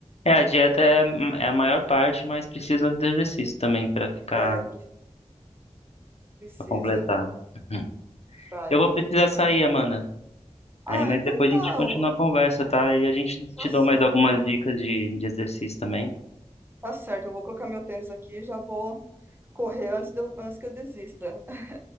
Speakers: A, on the left; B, on the right.
A: É, a dieta é, é a maior parte, mas precisa de exercício também pra ficar,
B: É, pre- precisa.
A: para completar. Uhum.
B: Tá,
A: Eu
B: é.
A: vou precisar sair, Amanda.
B: Ah,
A: Aí, mas
B: então
A: depois
B: tá,
A: a gente continua
B: ó,
A: a conversa, tá? E a gente
B: tá
A: te
B: certo.
A: dou mais algumas dicas de, de exercício também.
B: Tá certo, eu vou colocar meu tênis aqui e já vou correr antes, de eu- antes que eu desista. <laughs>